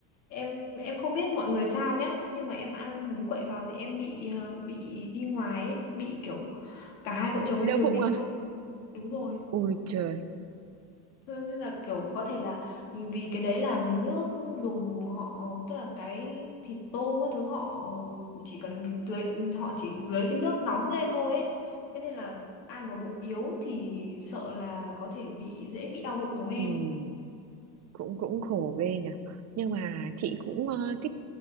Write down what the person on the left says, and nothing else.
Em em không biết mọi người sao nhá, nhưng mà em ăn bún quậy vào thì em bị ờ, bị đi ngoài ấy, bị kiểu cả hai vợ chồng
em đều
bị
luôn. Đúng rồi.
Thế Nên là kiểu có thể là vì cái đấy là nước dùng họ tức là cái thịt tôm các thứ họ chỉ cần dưới họ chỉ dưới cái nước nóng lên thôi ấy. Thế nên là ai mà bụng yếu thì sợ là có thể bị dễ bị đau bụng giống em.
Ừ.